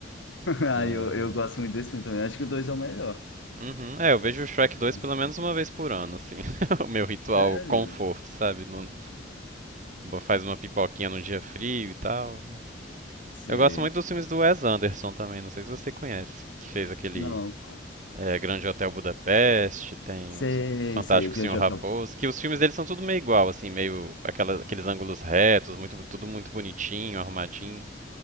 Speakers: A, on the left (about 85°); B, on the right (about 40°).
A: Ah,
B: É...
A: eu, eu gosto muito desse filme também. Acho que o 2 é o melhor.
B: Uhum. É, eu
A: Eu
B: vejo
A: acho
B: o Shrek
A: que eu tô
B: 2
A: pensando.
B: pelo menos uma vez por ano, assim. <laughs> O meu ritual
A: Sério?
B: conforto, sabe? Não, Faz uma pipoquinha num dia frio e tal.
A: Sei.
B: Eu gosto muito dos filmes do Wes Anderson também, não sei se você conhece. Que fez aquele
A: Não, qual-
B: eh, Grande Hotel Budapeste, tem
A: sei,
B: o S- Fantástico
A: sei. O que
B: Senhor
A: já
B: Raposo,
A: tá...
B: que os filmes dele são tudo meio igual, assim, meio aquela- aqueles ângulos retos, muito, tudo muito bonitinho, arrumadinho.